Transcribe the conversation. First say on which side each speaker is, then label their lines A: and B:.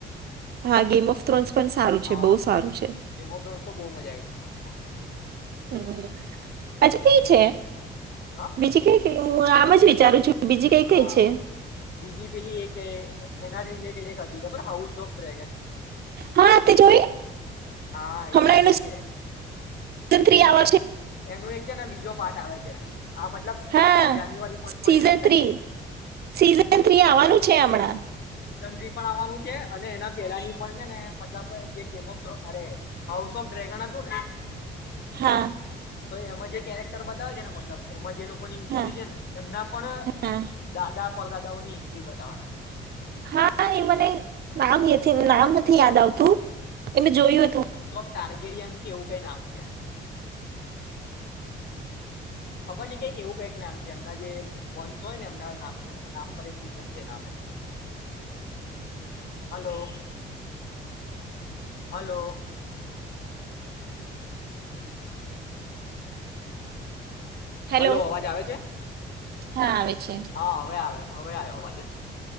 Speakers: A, on the right; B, on the left.
A: હા ગેમ ઓફ થ્રોન્સ પણ સારું છે
B: હા
A: બહુ સારું છે.
B: ગેમ ઓફ થ્રોન્સ તો બહુ મજા આ આયવી હતી મને એ જોવાની.
A: હમ <unintelligible> હજ કઈ છે
B: હા
A: બીજી કઇ કઇ હું આમ જ વિચારું છું. બીજી કઈ
B: હા
A: કઈ છે
B: બીજી પેલી એક એ એના જ રિલેટેડ એક. ખબર હાઉસ ઓફ ડ્રેગન.
A: હા તે જોઈ
B: હા
A: હમણાં
B: એ મેં
A: એનું
B: જોઈ
A: સિઝન
B: છે બીજી
A: થ્રી આ વર્ષે.
B: એનું એક છે ને બીજો પાર્ટ આવે છે એનો. આ મતલબ
A: હા
B: જાન્યુઆરી મંથમાં
A: સીઝન
B: રીલીઝ
A: સીઝન થ્રી આવવાનું. છે હમણાં.
B: મ પણ આવવાનું છે અને એના પેલા ની પણ છે ને મતલબ જે ગેમ ઓફ થ અરે હાઉસ ઓફ ડ્રેગન હતું ને.
A: હા <unintelligible>
B: તો એમાં જે કેરેક્ટર બતાવે છે ને મતલબ એમ જ. જે લોકોની હિસ્ટરી
A: હા
B: છે ને એમના પણ
A: હા
B: દાદા. પર દાદાઓની હિસ્ટ્રી બતાવાના છે.
A: હા એ મને નામ એથી નામ થી યાદ આવતું એ મેં જોયું હતું.
B: ટારગેરિયન કે એવું કઈ નામ છે આનું. ખબર નહીં કઈ એવું કઈક નામ છે એમના જે વંશ હોયને એમના નામ પર નામ પર થી નામ એનું. હલો. હલો.
A: હેલો
B: હલો અવાજ આવે છે?
A: હા આવે છે
B: હા હવે આવે્યો. હવે આયો અવાજ જ.